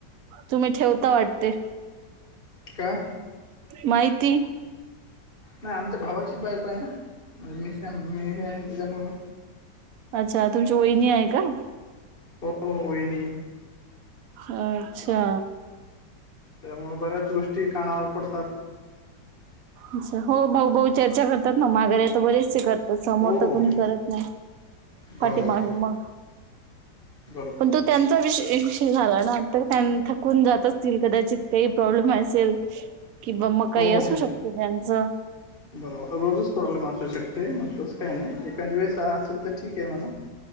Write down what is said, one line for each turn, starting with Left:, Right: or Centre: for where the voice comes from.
Right: तुम्ही ठेवता वाटते.
Left: काय?
Right: माहिती
Left: नाही आमच्या भावाचीच बायको आहे ना मिसेस मी हे तिचा मुलगा.
Right: अच्छा तुमची वहिनी आहे का?
Left: हो हो वहिनी.
Right: अच्छा.
Left: तेज्यामुळं बऱ्याच गोष्टी कानावर पडतात.
Right: असं हो भाऊ भाऊ चर्चा करतात ना माघा तर बरेच ते करतात समोर
Left: हो
Right: तर कुणी
Left: हो
Right: करत नाही पाठीमागे
Left: बरोबर
Right: मग
Left: बरोबर
Right: पण
Left: बरोबर
Right: तो त्यांचा विषय झाला ना थकून जात असतील कदाचित काही प्रॉब्लेम असेल. किंवा मग काही
Left: हो
Right: असू
Left: हो
Right: शकतं त्यांचं.
Left: बरोबर रोजच प्रॉब्लेम असू शकते मग तसं काही नाही एखाद वेळेस असेल तर ठीक आहे म्हणा.